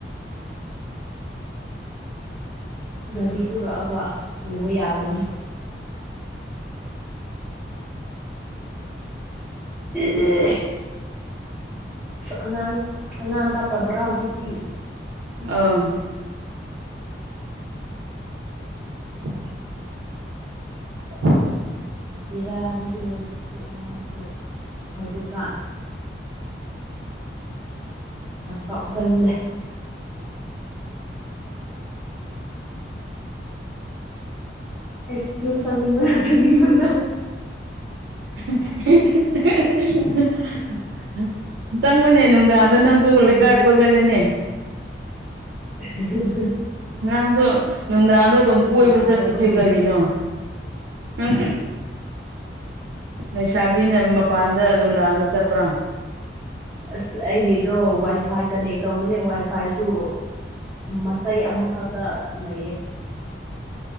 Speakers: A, in the centre; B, on the right.
A: ꯒꯥꯔꯤ ꯄꯨꯔꯛꯑꯒ ꯄꯨꯕ ꯌꯥꯒꯅꯤ ꯎ <unintelligible> ꯑꯉꯥꯡ ꯑꯉꯥꯡ ꯀꯞꯇꯕꯔꯥ ꯍꯧꯖꯤꯛꯇꯤ
B: ꯑꯥ <inaudible> ꯎꯝ <unintelligible>
A: ꯕꯤꯔꯥ ꯅꯤꯍꯦ ꯑꯁꯤ ꯑꯉꯥꯡꯁꯤ ꯍꯧꯖꯤꯛꯀꯥꯟ ꯌꯥꯝ ꯀꯞꯒꯜꯂꯦ ꯑꯩꯁ ꯌꯨꯝ ꯆꯪꯅꯤꯡꯕꯅ ꯆꯪꯅꯤꯡꯕꯅ
B: <unintelligible> ꯆꯪꯉꯨꯅꯦ ꯅꯨꯡꯗꯥꯡꯗ ꯅꯪꯁꯨ ꯂꯩꯀꯥꯏ
A: ꯂꯨꯜꯂꯦ
B: ꯀꯣꯏꯒꯜꯂꯤꯅꯦ
A: ꯑꯍ ꯍ ꯍꯝ
B: ꯉꯔꯥꯡꯁꯨ ꯅꯨꯡꯗꯥꯡꯗꯣ ꯑꯗꯨꯝ ꯀꯣꯏꯕ
A: ꯌꯥꯗꯕꯒꯤꯅꯦ
B: ꯆꯠꯄꯁꯦ ꯀꯔꯤꯒꯤꯅꯣ ꯅꯪ ꯂꯩꯁꯥꯕꯤꯅ ꯃꯄꯥꯟꯗ ꯅꯨꯡꯗꯥꯡꯗ ꯆꯠꯄ꯭ꯔꯥ
A: ꯑꯁ ꯑꯩꯒꯤꯗꯣ ꯋꯥꯏ ꯐꯥꯏ ꯀꯅꯦꯛ ꯇꯧꯕꯅꯦ ꯋꯥꯏ ꯐꯥꯏꯁꯨ ꯃꯆꯩ ꯑꯃꯈꯛꯇ ꯂꯩꯌꯦ